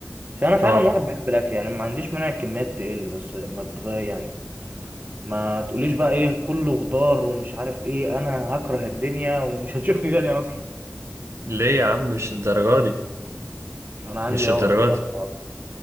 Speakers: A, on the right; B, on the right.
A: عشان انا فعلا
B: اه
A: واحد بحب الاكل يعني ما عنديش مانع الكميات تقل بس ما تغير يعني ما تقوليش بقى ايه كله خضار ومش عارف ايه انا هكره الدنيا ومش <laughs> هتشوفني تاني اصلا
B: ليه يا عم مش الدرجة دي
A: انا عندي
B: مش
A: عقدة
B: الدرجة
A: بسبب
B: دي
A: الحوار ده